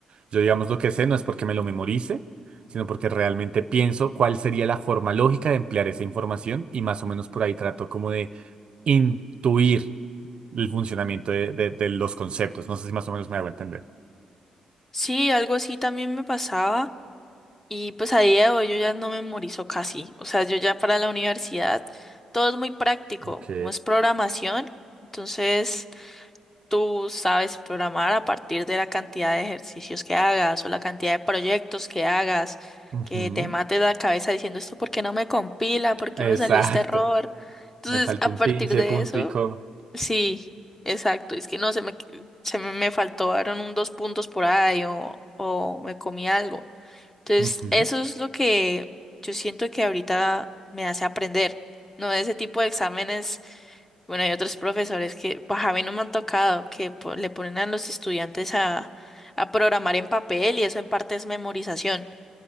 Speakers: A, on the right; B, on the left.
A: Yo digamos lo que sé no es porque me lo memorice, sino porque realmente pienso cuál sería la forma lógica de emplear esa información y más o menos por ahí trato como de intuir el funcionamiento de, de- de los conceptos. No sé si más o menos me hago entender.
B: sí, algo así también me pasaba. Y pues a día de hoy yo ya no memorizo casi. O sea, yo ya para la universidad todo es muy práctico,
A: Ok.
B: como es programación. Entonces... tú sabes programar a partir de la cantidad de ejercicios que hagas o la cantidad de proyectos que hagas,
A: Ujú.
B: que te mates la cabeza diciendo esto porque no me compila, por qué
A: Exacto.
B: me salió este error. Entonces,
A: Me faltó
B: a
A: un
B: partir
A: pinche
B: de
A: punto
B: eso,
A: y coma.
B: sí, exacto. Es que no, se me, se me, me faltó, eran un dos puntos por ahí o, o me comí algo. Entonces,
A: Ujú,
B: eso es lo que yo siento que ahorita me hace aprender, ¿no? Ese tipo de exámenes, bueno, hay otros profesores que, pues a mí no me han tocado, que po- le ponen a los estudiantes a, a programar en papel y eso en parte es memorización.